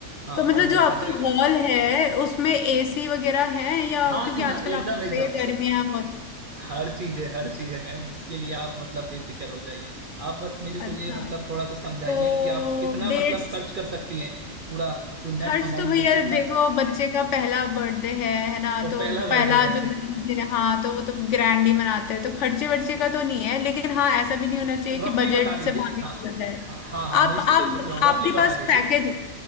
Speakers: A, on the right; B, on the left.
A: हाँ
B: तो मतलब
A: हॉल
B: जो
A: बेटर
B: आपका
A: रहेगा
B: हॉल है उसमें एसी वगैरह है या
A: हाँ
B: क्योंकि
A: जी हाँ
B: आजकल
A: एकदम
B: आपको
A: एकदम
B: पता ही है गर्मियां बहुत
A: हर चीज है हर चीज है मैम उसके लिए आप मतलब बेफिक्र हो जाइए आप बस मेरे
B: अच्छा
A: को ये मतलब थोड़ा सा समझाइए
B: तो
A: कि आप कितना
B: डेट्स
A: मतलब खर्च कर सकती हैं पूरा जो नेट
B: खर्च
A: अमाउंट
B: तो भैया
A: है कितना
B: देखो बच्चे का पहला बर्थडे है है ना
A: वो
B: तो
A: पहला बर्थडे
B: पहला
A: है बच्चे
B: जो जन्मदिन है, हाँ तो वो तो ग्रैंड ही मनाते हैं तो खर्चे वर्चे का तो नहीं है लेकिन हाँ ऐसा भी नहीं होना चाहिए
A: रफली
B: कि बजट
A: बता दीजिए
B: से बाहर ही
A: हाँ
B: चला जाए
A: हाँ हाँ हाँ
B: आप
A: मैं इसीलिए
B: आप
A: पूछ रहा हूँ
B: आपके
A: रफली
B: पास
A: बता दीजिए
B: पैकेज